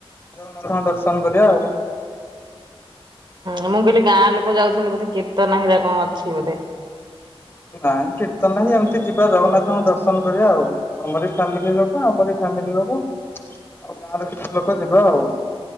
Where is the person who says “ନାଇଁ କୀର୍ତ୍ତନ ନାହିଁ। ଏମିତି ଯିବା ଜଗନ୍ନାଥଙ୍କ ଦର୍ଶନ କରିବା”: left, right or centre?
Left